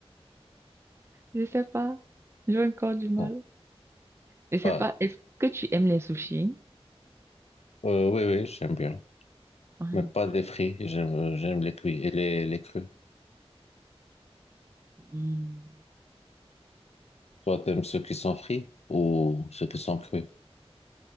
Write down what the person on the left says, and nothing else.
Bon,
pareil.
Euh, oui, oui, j'aime bien.
Mais pas les frits. J'aime, euh, j'aime les cuits et les, les crus.
Toi, t'aimes ceux qui sont frits ou ceux qui sont crus?